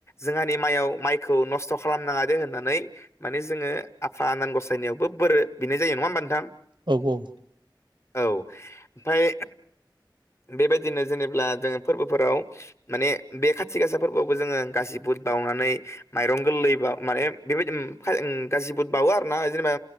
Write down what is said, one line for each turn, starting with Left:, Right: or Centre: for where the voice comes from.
Left: जोंहानि माइआव माइखौ नस्थ' खालामनाङा दे होननानै माने जोङो आफा आनान गसायनायावबो बोरो बिनाय जायो नङा होमबा नोंथां?
Right: औ औ ।
Left: औ ओमफ्राय बेबायदिनो जेनेब्ला जोङो फोरबोफोराव माने बे खाथि गासा फोरबोआवबो जोङो गाजिबुद बाउनानै माइरं गोरलै बा माने बेबायदि उम उम गासिबो बावो आरोना जेनेबा